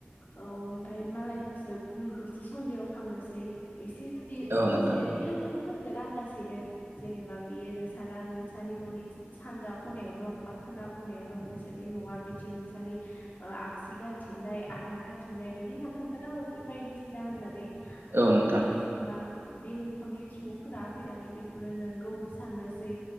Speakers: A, on the left; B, on the right.
A: औ ओमफाय मालायखौसो गुबुनखौसो सन्देह खामनोसै। एसे जुदि
B: औ नोंथां
A: अजाया बे ओरैनो होन <unintelligible> आन्दासैनो जेनेबा बेयो नोंसा नोंसनि न'नि सानजा खनायाव दं बा खोला खनायाव दं बिसोरनि न'वा बिथिं नोंसानि ओ आगसि गालिथिंनाय आग्रा गालिथिंनाय बिदि होनना खोनथाना हरनोसै बायदिसिना होननानै।
B: औ
A: ओमफाय
B: नोंथां
A: बेयो जेनेबा बे न'खरनि सुबुंफोरा फैनानै बेखौनो नोंगौ साननोसै